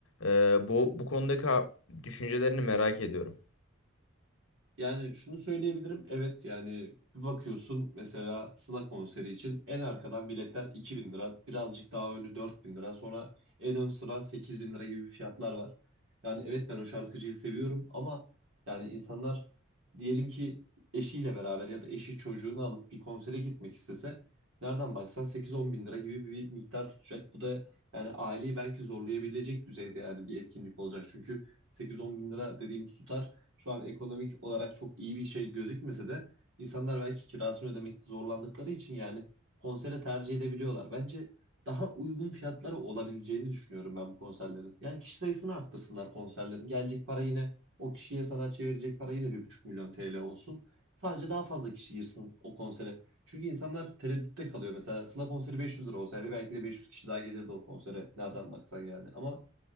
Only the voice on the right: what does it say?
Yani şunu söyleyebilirim. Evet yani bir bakıyorsun mesela Sına konseri için en arkadan biletler 2000 lira. Birazcık daha önü 4000 lira. Sonra en ön sıra 8000 lira gibi fiyatlar var. Yani evet ben o şarkıcıyı seviyorum ama yani insanlar diyelim ki eşiyle beraber ya da eşi çocuğunu alıp bir konsere gitmek istese nereden baksan 8-10 bin lira gibi bir miktar tutacak. Bu da yani aileyi belki zorlayabilecek düzeyde yani bir etkinlik olacak. Çünkü 8-10 bin lira dediğimiz tutar şu an ekonomik olarak çok iyi bir şey gözükmese de insanlar belki kirasını ödemekte zorlandıkları için yani konsere tercih edebiliyorlar. Bence daha uygun fiyatlara olabileceğini düşünüyorum ben bu konserlerin. Yani kişi sayısını arttırsınlar konserlerin. Gelecek para yine o kişiye sanatçıya verecek para yine bir buçuk milyon TL olsun. Sadece daha fazla kişi girsin o konsere. Çünkü insanlar tereddütte kalıyor. Mesela Sıla konseri 500 lira olsaydı belki de 500 kişi daha gelirdi o konsere. Nereden baksan yani. Ama